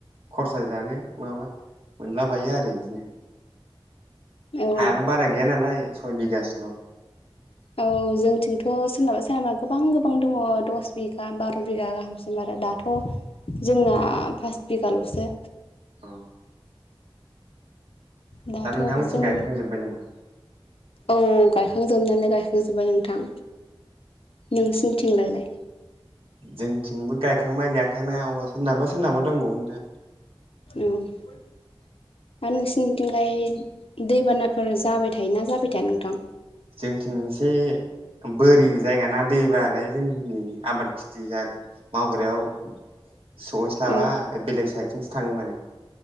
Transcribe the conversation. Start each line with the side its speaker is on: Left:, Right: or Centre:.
Right: खरसा जानो माबा मोनलाबायो आरो इदिनो।
Left: औ
Right: हायाबो बारा गैया नालाय सय बिगासोल'।
Left: औ जोंथिंथ' सोरनाबा सोरनाबा गोबां गोबां दङ दस बिगा बार' बिगा गाहाम दं आरो दाथ' जोंना फास बिगाल'सो।
Right: औ।
Left: दाथ'
Right: दा नोंथांमोनथिं
Left: जों
Right: गायखांजोब्बाय नामा
Left: औ गायखांजोबनायालाय गायखांजोब्बाय नोंथां। नोंसिनि थिंलायलाय?
Right: जोंथिंबो गायखांबाय गायखांनाय सोरनाबा सोरनाबा दंबावो नोंथां।
Left: उम हा नोंसिनिथिंलाय दैबानाफोर जाबाय थायोना जाबाय थाया नोंथां?
Right: जोंथिं एसे बोरि जायगाना दैबालाय जोंनि आबाद खिथि जा मावग्रायाव सहैस्लाबा
Left: औ
Right: ओ बेलेग साइडथिमो थाङो माने।